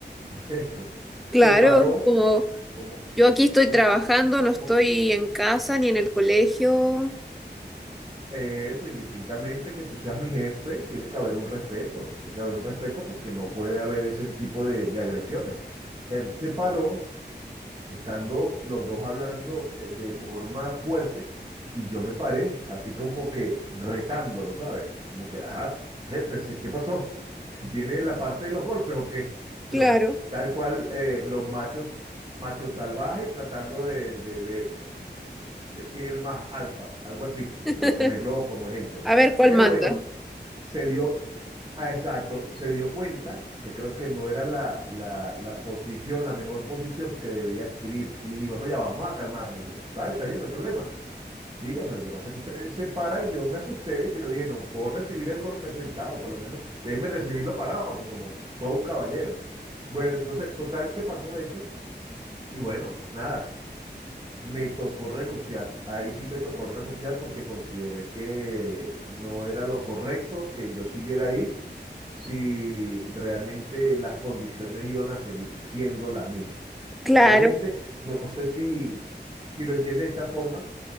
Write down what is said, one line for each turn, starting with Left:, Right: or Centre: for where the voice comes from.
Right: <laughs> bueno, se
Centre: claro.
Right: paró
Centre: es Como
Right: como,
Centre: yo aquí estoy
Right: como-
Centre: trabajando, no estoy
Right: co-
Centre: en casa ni en el colegio.
Right: Eh, eso, indistintamente que tú seas mi jefe, tiene que haber un respeto, tiene que haber un respeto porque no puede haber ese tipo de, de agresiones. Él se paró estando los dos hablando eh, de forma fuerte y yo me paré, así como que retándolo, ¿sabes? Como que, ajá, jefe, ¿se- ¿qué pasó? <laughs> ¿Viene la parte de los golpes o qué? <laughs>
Centre: Claro.
Right: Los- tal cual eh, los machos, machos salvajes tratando de, de ver quién es el más alfa, algo así,
Centre: <laughs>
Right: por ponerlo como ejemplo.
Centre: A ver cuál
Right: Pero
Centre: manda.
Right: bueno, se dio, Ah, Exacto, se dio cuenta que creo que no era la, la, la posición, la mejor posición que debía adquirir. Y dijo, no, ya vamos a calmarnos. Y yo, dale, está bien, no hay problema. Dígame, lo que pasa es que usted se para y yo me asusté. Yo dije, no, puedo recibir el golpe sentado, por lo menos déjeme recibirlo parado, pues como todo un caballero. Bueno, entonces, total que pasó eso. Y bueno, nada. Me tocó renunciar. Ahí sí me tocó renunciar porque consideré que no era lo correcto que yo siguiera ahí si realmente las condiciones iban a seguir siendo las mismas.
Centre: Claro.
Right: Realmente no sé si, si si lo entiendes de esta forma